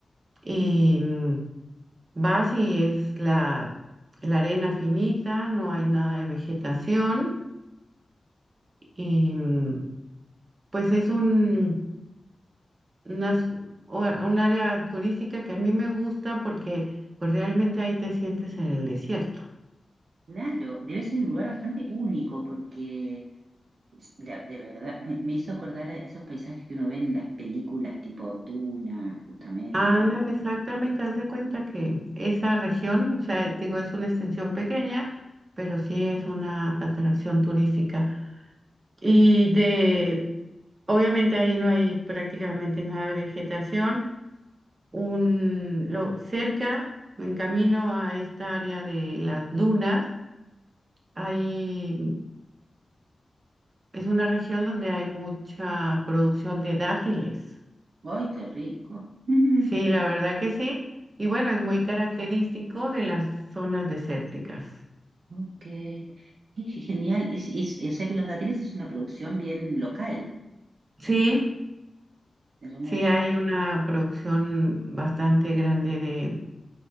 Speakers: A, on the right (about 45°); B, on the right (about 75°).
A: Y mm, vas y es la, la arena finita, no hay nada de vegetación, y mm, pues es un unas- o- un área turística que a mí me gusta porque pues realmente ahí te sientes en el desierto.
B: claro, debe ser un lugar bastante único porque la- de verdad, me, me hizo acordar a esos paisajes que uno ve en las películas tipo Duna, justamente.
A: Ándale,
B: bueno, eh.
A: exactamente, haz de cuenta que esa región, o sea, digo, es una extensión pequeña, pero sí es una atracción turística. Y de, obviamente ahí no hay prácticamente nada de vegetación. Un, lo, cerca, en camino a esta área de las dunas, hay Es una región donde hay mucha producción de dátiles.
B: ¡Ay, qué rico! <laughs>
A: Sí, la verdad que sí. Y bueno, es muy característico de las zonas desérticas.
B: Mm, ok, qué genial. Y, si- y, si- o sea que Los Dátiles es una producción bien local,
A: Sí,
B: hermoso.
A: sí hay una producción bastante grande de,